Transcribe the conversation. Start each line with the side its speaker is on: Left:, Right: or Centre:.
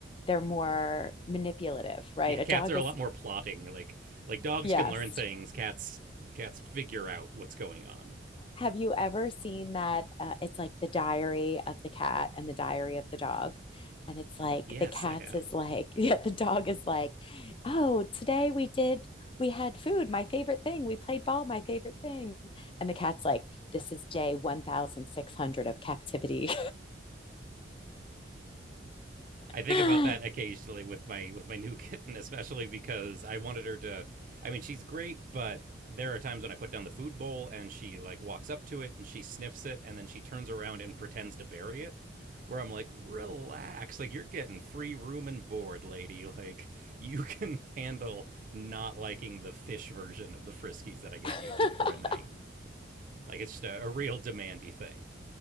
Left: they're more manipulative right
Right: Yeah, cats
Left: a dog
Right: are
Left: is
Right: a lot more plotting. Like like dogs
Left: yes
Right: can learn things, cats cats figure out what's going on.
Left: have you ever seen that uh, it's like the diary of the cat and the diary of the dog and it's like
Right: Yes,
Left: the cat's
Right: I have.
Left: is like <laughs> yeah the dog is like oh today we did we had food, my favorite thing. We played ball, my favorite thing. And the cat's like, this is day 1,600 of captivity. <laughs>
Right: I think about that occasionally with my with my new <laughs> kitten, especially because I wanted her to. I mean, she's great, but there are times when I put down the food bowl and she like walks up to it and she sniffs it and then she turns around and pretends to bury it. Where I'm like, relax, like you're getting free room and board, lady. <laughs> Like you can handle not liking the fish version of the Friskies that I get
Left: <laughs>
Right: you just for a night. Like it's just a, a real demandy thing.